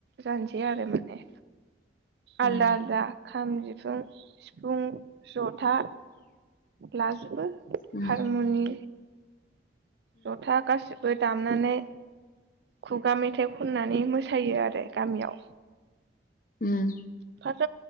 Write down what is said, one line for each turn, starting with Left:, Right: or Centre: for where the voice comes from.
Right: जानसै आरो माने
Left: उम
Right: आलाद आलदा खाम जिफुं- सिफुं जथा लाजोबो,
Left: उम
Right: हारमुनि जथा गासिबो दामनानै खुगा मेथाइ खननानै मोसायो आरो। गामियाव
Left: उम
Right: <inaudible>